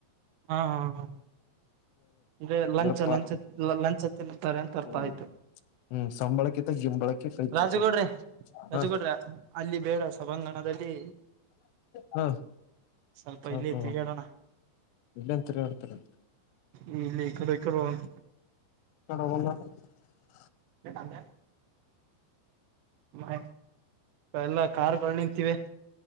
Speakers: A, on the right; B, on the left.
A: ಹಾ ಹಾ ಹ ಅಂದೆ
B: ಅಂದ್ರಪ್ಪಾ
A: ಲಂಚ್ ಲಂಚ್ ಲಂಚ್ ಹತ್ತಂತಾರೆ ಅಂತ ಅರ್ಥ
B: ಹ್ಮ್
A: ಆಯ್ತು
B: ಹ್ಮ್ ಸಂಬಳಕ್ಕಿಂತ ಗಿಂಬಳಕ್ಕೆ ಕೈ
A: ರಾಜುಗೌಡ್ರಿ
B: ಚಚು
A: ರಾಜುಗೌಡ್ರೆ
B: ಹ
A: ಅಲ್ಲಿ ಬೇಡ ಸಭಾಂಗಣದಲ್ಲಿ
B: ಹ
A: ಸ್ವಲ್ಪ
B: ಸಾಕು
A: ಇಲ್ಲಿ ತಿರುಗಾಡೋಣ
B: ಇಲ್ಲೇನ್ ತಿರ್ಗಾಡ್ತಾರೆ
A: ಇಲ್ಲಿ ಈಕಡೆಕಡೆ ಹೋಗೂಣು
B: <inaudible>
A: <unintelligible> ಮ ಎಲ್ಲ ಕಾರ್ ನಿಂತೀವಿ